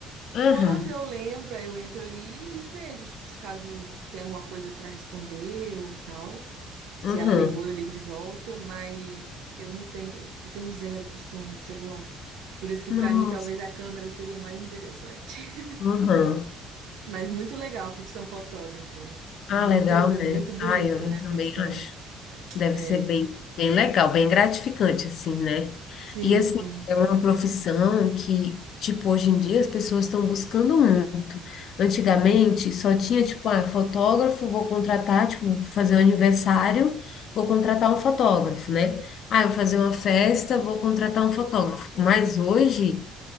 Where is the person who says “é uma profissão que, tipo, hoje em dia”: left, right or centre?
Left